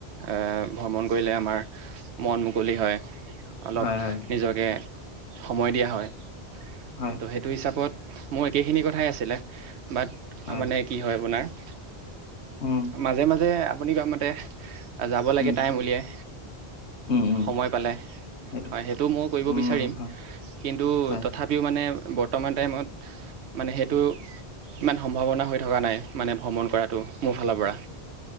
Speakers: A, on the right; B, on the left.
A: এ ভ্ৰমণ কৰিলে আমাৰ মন মুকলি হয়। অলপ
B: হয়, হয়,
A: নিজকে সময় দিয়া হয়। ত'
B: হয়,
A: সেইটো হিচাপত মোৰ একেইখিনি কথাই আছিলে। বাট,
B: হয়।
A: মানে কি হয় আপোনাৰ।
B: উম,
A: মাজে মাজে আপ আপুনি কোৱা মতে যাব লাগে
B: উম,
A: টাইম উলিয়াই,
B: উম, উম,
A: সময় পালে,
B: সেইটোৱে।
A: হয় সেইটো মইও কৰিব
B: উম,
A: বিচাৰিম,
B: হয়,
A: কিন্তু
B: হয়।
A: তথাপিও মানে বৰ্তমান টাইমত, মানে সেইটো ইমান সম্ভাৱনা হৈ থকা নাই, মানে ভ্ৰমণ কৰাটো, মোৰ ফালৰ পৰা।